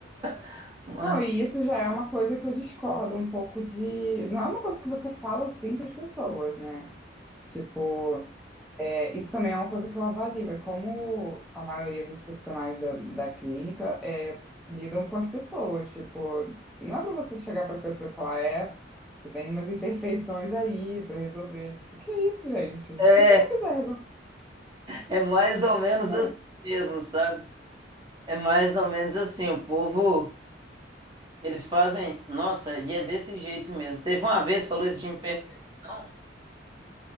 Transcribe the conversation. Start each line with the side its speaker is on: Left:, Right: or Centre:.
Right: <laughs> Mas
Centre: Não, e isso já é uma coisa que eu discordo um pouco de. Não é uma coisa que você fala assim para as pessoas, né? Tipo, É, isso também é uma coisa que eu avalio, é como a maioria dos profissionais da, da clínica é, lidam com as pessoas. Tipo, não é pra você chegar pra pessoa e falar, é, você tem umas imperfeições aí pra resolver. Tipo, que é isso, gente?
Right: é
Centre: E se não quiser resolver, o
Right: é mais ou menos
Centre: que faz?
Right: assim mesmo, sabe? É mais ou menos assim. O povo. Eles fazem, nossa, e é desse jeito mesmo. Teve uma vez, falou isso de imperfeição.